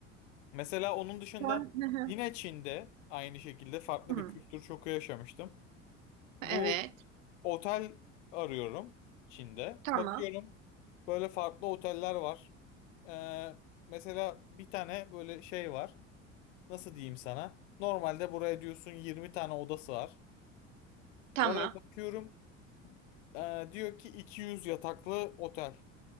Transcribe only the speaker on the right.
Ben- Hı hı.
Hı.
Evet.
Tamam.
Tamam.